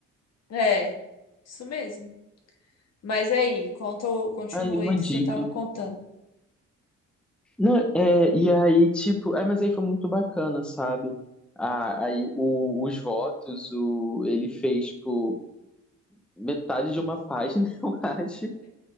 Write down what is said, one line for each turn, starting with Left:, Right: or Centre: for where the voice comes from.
Left: É, isso mesmo. Mas é aí, conta, o- continua
Centre: Aí, uma
Left: aí que
Centre: dica.
Left: você estava contando.
Centre: Não, é, e aí, tipo, é, mas aí foi muito bacana, sabe? Ah, aí o- os votos, o, ele fez, tipo, metade de uma página, <laughs> eu acho.